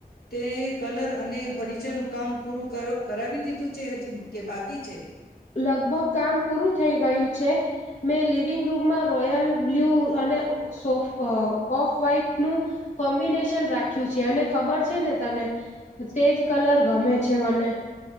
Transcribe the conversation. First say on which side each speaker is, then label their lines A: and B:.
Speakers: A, on the left (about 80°); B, on the left (about 45°).
A: તે કલર અને ફર્નિચરનું કામ પૂરું કર કરાવી દીધું છે હજી કે બાકી છે?
B: લગભગ કામ પૂરું થઈ ગયું છે, મેં લિવિંગ રૂમમાં રોયલ બ્લુ અને સો ઓફ વ્હાઈટનું, કોમ્બિનેશન રાખ્યું છે અને ખબર છે ને તને, તેજ કલર ગમે છે મને.